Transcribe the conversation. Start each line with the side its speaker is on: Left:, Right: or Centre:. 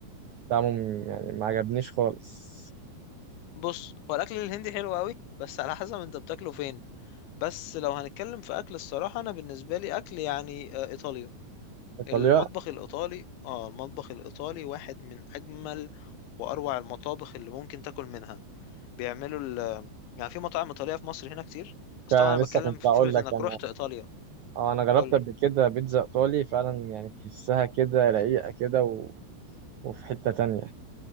Right: طعمه م- يعني ما عجبنيش خالص
Left: بص هو الاكل الهندي حلو قوي بس على حسب انت بتاكله فين بس لو هنتكلم في اكل الصراحة انا بالنسبة لي اكل يعني آه، ايطاليا
Right: ايطاليا
Left: المطبخ الايطالي اه المطبخ الايطالي واحد من اجمل واروع المطابخ اللي ممكن تاكل منها بيعملوا ال يعني في مطاعم ايطالية في مصر هنا كتير بس
Right: فعلا
Left: طبعا انا
Right: لسه
Left: بتكلم
Right: كنت
Left: في
Right: هقول
Left: فكرة
Right: لك
Left: انك
Right: انا
Left: رحت ايطاليا
Right: اه انا جربت
Left: قول لي
Right: قبل كده بيتزا ايطالي فعلا يعني تحسها كده رقيقه كده و... وفي حته تانية